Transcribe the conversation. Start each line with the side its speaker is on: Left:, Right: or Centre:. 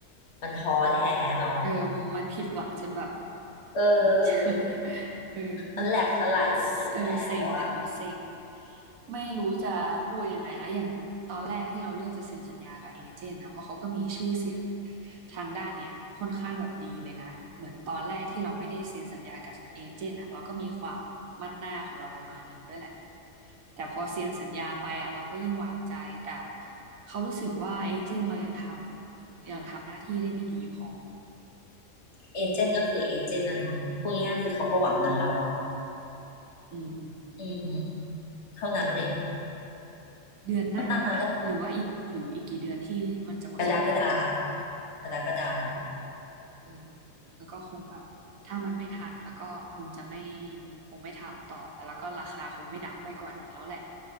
Left: มันท้อแท้เนาะ
Right: เออมันผิดหวังจนแบบ
Left: เอ
Right: <laughs>
Left: อ
Right: เออ
Left: มันแหลกสลายไปหมดแล้วอะ
Right: เออเซ็งอ่ะมันเซ็งไม่รู้จะพูดยังไงแล้วอย่างตอนแรกที่เราเลือกจะเซ็นสัญญากับเอเจนต์นะเพราะเขาก็มีชื่อเสียง ทางด้านเนี้ยค่อนข้างแบบดีเลยนะเหมือนตอนแรกที่เราไม่ได้เซ็นสัญญากับเอเจนต์อ่ะเราก็มีความมั่นหน้าของเราประมาณหนึ่งด้วยแหละแต่พอเซ็นสัญญาไปอ่ะเราก็ยิ่งวางใจแต่เขารู้สึกว่าเอเจนต์เรายังทำยังทำหน้าที่ได้ไม่ดีพอ
Left: เอเจนต์ก็คือเอเจนต์นะเนาะพูดง่ายๆคือเขาก็หวังเงินเราอ่ะ
Right: อืม
Left: อืมเท่านั้นเลย
Right: เดือนหน้าปะหรือว่าอีกหรืออีกกี่เดือนที่มันจะหมดสัญญา
Left: ก็ตามนั้นแหละ กรกฎากรกฎา
Right: อืมแล้วก็คงแบบถ้ามันไม่ทันแล้วก็คงจะไม่คงไม่ทำต่อแล้ว แล้วก็ราคาคงไม่ดั้มไปกว่านี้แล้วแหละ